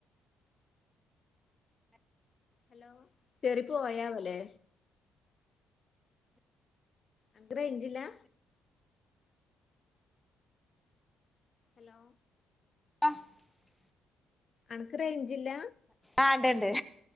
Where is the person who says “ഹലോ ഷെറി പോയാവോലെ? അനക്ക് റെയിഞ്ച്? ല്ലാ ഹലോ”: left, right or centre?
Left